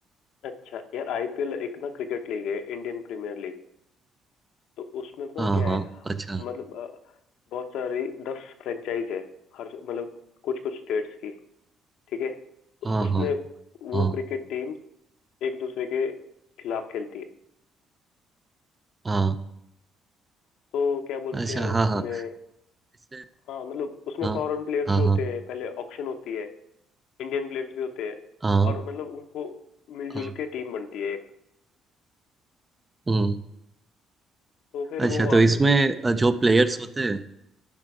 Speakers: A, on the left; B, on the right.
A: अच्छा यार आईपीएल एक ना क्रिकेट लीग है इंडियन प्रीमियर लीग तो उसमें बताऊँ
B: हाँ
A: क्या
B: हाँ
A: है
B: अच्छा
A: मतलब अ, बहुत सारी दस फ्रेंचाइज है हर मतलब कुछ कुछ स्टेट्स की ठीक है तो
B: हाँ
A: उसमें
B: हाँ
A: वो
B: हाँ
A: क्रिकेट टीम एक दूसरे के खिलाफ खेलती है
B: हाँ
A: तो क्या बोलते
B: अच्छा
A: हैं उसमें
B: हाँ हाँ वैसे-
A: हाँ मतलब उसमें
B: हाँ
A: फॉरेन प्लेयर्स
B: हाँ
A: भी होते
B: हाँ
A: हैं पहले ऑक्शन होती है इंडियन प्लेयर्स भी होते हैं
B: हाँ
A: और मतलब उनको मिलजुल
B: हाँ,
A: के टीम बनती है एक
B: हम्म
A: तो फिर वो
B: अच्छा तो
A: आपस
B: इसमें
A: में
B: अ, जो प्लेयर्स होते हैं